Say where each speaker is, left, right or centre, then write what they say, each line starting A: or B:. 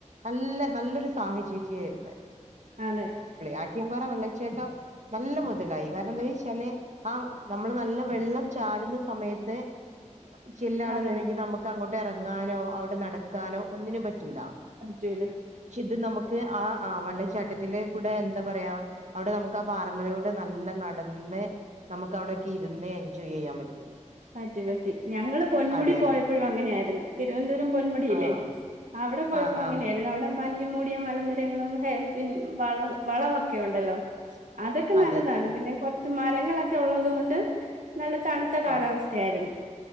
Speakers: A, on the right; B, on the right.
A: നല്ല നല്ലൊരു സാഹചര്യ ആരുന്ന
B: അതെ
A: ആട്ട്യൻപാറ വെള്ളച്ചാട്ടം നല്ല മുതലായി കാരണം എന്താ ചോയിച്ചാല് ആ നമ്മള് നല്ല വെള്ളം ചാടുന്ന സമയത്ത് ചെല്ലാണെന്നുണ്ടെങ്കി
B: അതെ
A: നമുക്ക് അങ്ങോട്ട് അവിടെ ഇറങ്ങാനോ അവിടെ നടക്കാനോ ഒന്നിനും പറ്റൂല
B: പടിച്ചൂല്ലേ
A: പക്ഷെ ഇത് നമുക്ക് ആ ആ വെള്ളച്ചാട്ടത്തില് ഇവിടെ എന്താ പറയാ അവിടെ നമുക്ക് ആ പാറെമ്മിലൂടെ നല്ല നടന്ന് നമുക്ക് അവിടൊക്കെ ഇരുന്ന് എൻജോയ് ചെയ്യാൻ പറ്റി
B: പറ്റി പറ്റി ഞങ്ങള് പൊന്മുടി
A: അതെ
B: പോയപ്പോഴും
A: അതെ
B: അങ്ങനെയായിരുന്നു തിരുവനന്തപുരം പൊന്മുടിയില്ലേ
A: ആഹ്
B: അവിടെ പോയപ്പോ
A: ആഹ്
B: അങ്ങനൊയിരുന്നു
A: ആഹ്
B: അവിടെ മ് മഞ്ഞ മൂടിയ മലനിരകളും ഹെയർ പിൻ വള വളവൊക്കെ ഉണ്ടല്ലോ അതൊക്കെ
A: അതെ
B: നല്ലതാണ്
A: അതെ
B: പിന്നെ കുറച്ച് മാ രങ്ങളൊക്കെ ഉള്ളത് കൊണ്ട് നല്ല തണുത്ത കാലാവസ്ഥ
A: ആഹ്
B: അയിരുന്നു